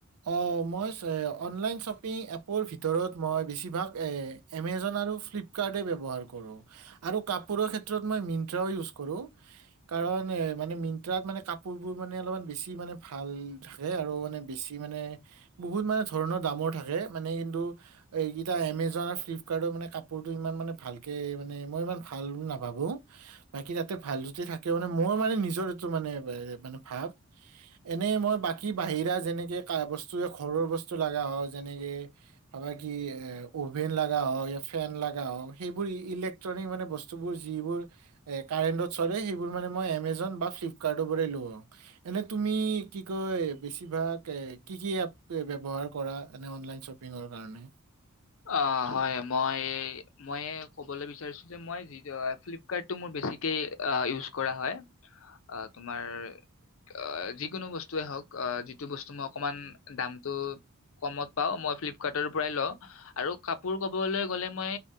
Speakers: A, on the right; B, on the left.
A: অ মই অনলাইন শ্বপিং এপৰ ভিতৰত মই বেছিভাগ এমেজন আৰু ফ্লিপকাৰ্টে ব্যৱহাৰ কৰোঁ, আৰু কাপোৰৰ ক্ষেত্ৰত মই মিন্ত্ৰাও ইউজ কৰো, কাৰণ মানে মিন্ত্ৰাত মানে কাপোৰবোৰ মানে অলপমান বেছি মানে ভাল থাকে, আৰু মানে বেছি আমি মানে বহুত মানে ধৰণৰ দামৰ থাকে, মানে কিন্তু এইগিটা এমেজন, ফ্লিপকাৰ্ট ৰ মানে কাপোৰতো ইমান মানে ভালকে মানে মই ইমান ভাল বুলি নাভাবোঁ, বাকি তাতে ভাল যদি থাকে মানে মোৰ মানে নিজৰ সেইটো মানে ভাৱ, এনেই মই বাকি বাহিৰা যেনেকে বস্তু ঘৰৰ বস্তু লগা হ যেনেকে ভাবা কি এ অভেন অ বস্তু বিলাক ঘৰৰ বস্তু লগা হয়। যেনেকে ধৰা কি অ, ভেন লগা হয়। য়া ফেন লগা হ'ল সেইবোৰ ইলেক্ট্ৰনিক মানে বস্তুবোৰ যিবোৰ এ কাৰেন্টত চলে। সেইবোৰ মানে মই এমেজন বা ফ্লিপকাৰ্টৰ পৰা লওঁ। এনে তুমি কি কয় বেছিভাগ এ।। কি, কি এপ্? ব্যৱহাৰ কৰা এ অনলাইন শ্বপিংৰ কাৰণে
B: অ হয় মই এই, মই এই ক'বলৈ বিচাৰিছো যে মই যি য ফ্লিপকাৰ্ট টো মোৰ বেছিকে ইউচ কৰা হয়। আ তোমাৰ আ যিকোনো বস্তুৱেই হওক আ যিটো বস্তু মই অকণমান দামটো কমত পাওঁ, মই ফ্লিপকাৰ্টৰ পৰাই লওঁ। আৰু কাপোৰ কবলৈ গলে মই